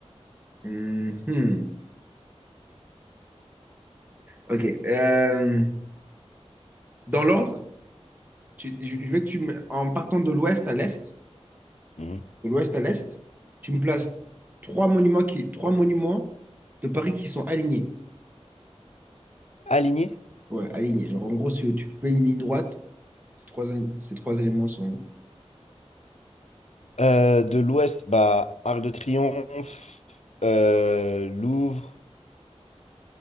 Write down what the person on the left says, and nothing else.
Mhm.
Aligné.
Euh, de l'Ouest, bah, Arc de Triomphe, euh, Louvre,